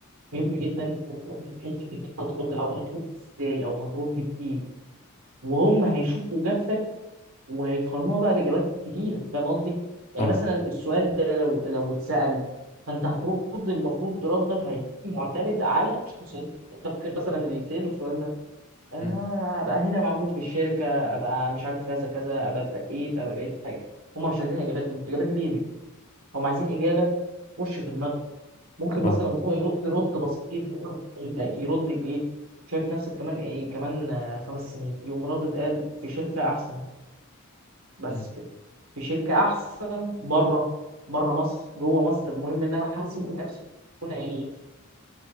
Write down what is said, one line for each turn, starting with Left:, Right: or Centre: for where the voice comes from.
Right: مهم جدا في حتة انك انت هترد او هترد ازاي او هترد بايه وهم هيشوفوا اجابتك وهيقارنوها بقى باجابات كتيرة فاهم قصدي؟ يعني
Left: طبعا
Right: مثلا السؤال ده لو لو اتسأل فانت هترد المفروض ردك هيكون معتمد على مش مثلا انت فاكر مثلا اللي يتسأل السؤال ده آه،
Left: مم.
Right: ابقى هنا موجود في الشركه ابقى مش عارف كذا كذا ابقى اترقيت ابقى بقيت حاجه هم مش عايزين الاجابات دي الاجابات دي بيزك هم عايزين اجابه تخش في دماغه ممكن
Left: طبعا
Right: مثلا هو يرد رد بسيط يرد بايه شايف نفسك كمان ايه كمان آه، خمس سنين يقوم ردد قال في شركه احسن بس
Left: مم.
Right: كده في شركه احسن بره بره مصر جوه مصر المهم ان انا حاسب نفسي اكون عيني